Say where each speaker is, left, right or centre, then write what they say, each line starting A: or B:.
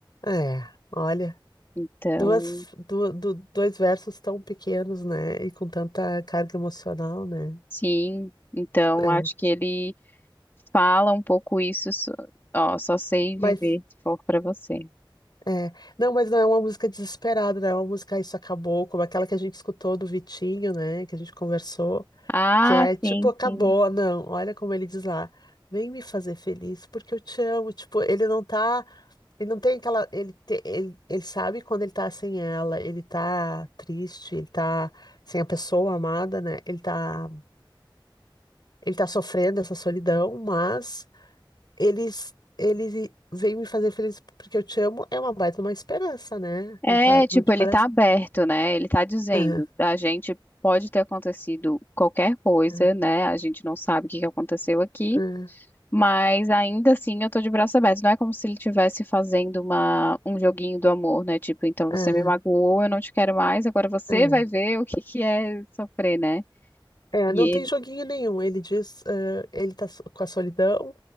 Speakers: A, on the left (about 55°); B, on the left (about 25°).
A: É, olha.
B: Então,
A: Duas, du- du- dois versos tão pequenos, né? E com tanta carga emocional, né?
B: sim, então
A: É.
B: acho que ele fala um pouco isso, so- ó, só sei
A: Mas,
B: viver se for pra você.
A: é. Não, mas não é uma música desesperada, né? É uma música "Ah, Isso Acabou, como aquela que a gente escutou do Vitinho, né? Que a gente conversou,
B: Ah,
A: que é tipo,
B: sim,
A: acabou,
B: sim.
A: não. Olha como ele diz lá. Vem me fazer feliz, porque eu te amo. Tipo, ele não tá. Ele não tem aquela. Ele, te- ele, ele sabe quando ele tá sem ela, ele tá triste, ele tá sem a pessoa amada, né? Ele tá Ele tá sofrendo essa solidão, mas eles ele veio me fazer feliz porque eu te amo é uma baita uma esperança, né?
B: É,
A: Não, pa-
B: tipo,
A: não te
B: ele
A: parece?
B: tá aberto, né? Ele tá dizendo,
A: Ah,
B: a gente pode ter acontecido qualquer coisa,
A: ah,
B: né? A gente não sabe o que que aconteceu aqui.
A: ah,
B: Mas ainda assim eu tô de braço aberto. Não é como se ele estivesse fazendo uma, um joguinho do amor, né? Tipo, então
A: ah,
B: você me magoou, eu não te quero mais, agora você
A: ah.
B: vai ver o que que é sofrer, né?
A: É,
B: E
A: não tem
B: ele.
A: joguinho nenhum. Ele diz, ah, ele tá so- com a solidão,